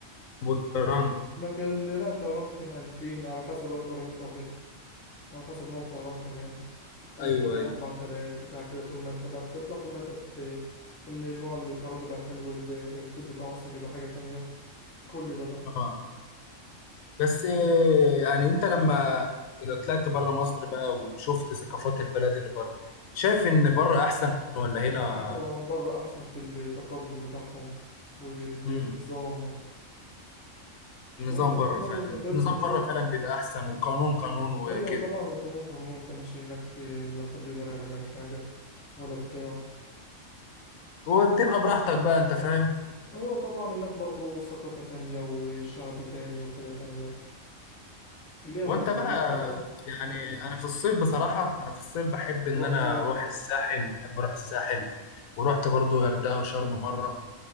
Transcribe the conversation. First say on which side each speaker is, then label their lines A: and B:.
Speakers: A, on the left (about 80°); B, on the left (about 20°).
A: والطيران
B: لكن ال- لا الطيران ممكن 2000 على حسب بقى الطيارة اللي أنت واخدها على حسب نوع الطيران كمان ألف
A: ايوه
B: أربعة
A: ايوه
B: آلاف بتاع كده طول ما أنت بقى بتطلع كل ما أنت بت اللي- النوع اللي الطيران بيبقى حلو ال- الفود بتاعه أصلا بيبقى حاجة تانية كل ده بقى
A: اه بس آه، يعني انت لما طلعت بره مصر بقى وشفت ثقافات البلد اللي بره شايف ان بره احسن ولا هنا
B: لا هو بره أحسن في التقدم بتاعهم والنظام
A: امم النظام
B: وأنت أكيد
A: بره
B: برضه
A: فعلا
B: سافرت
A: النظام
B: وشفت
A: بره فعلا بيبقى احسن وقانون قانون وكده
B: أيوة طبعا والقانون قانون أنت ماشي هناك آه، لا حد يقدر يعمل لك حاجة ولا بتاع
A: وبتبقى براحتك بقى انت فاهم
B: أيوة طبعا هناك برضه ثقافة تانية وشعب تاني وحاجة تانية وليها
A: وانت
B: مميزاتها
A: بقى
B: برضه
A: يعني انا في الصيف بصراحة انا في الصيف بحب ان
B: تروح
A: انا
B: فين
A: اروح الساحل بحب اروح الساحل ورحت برضو غردقة وشرم مرة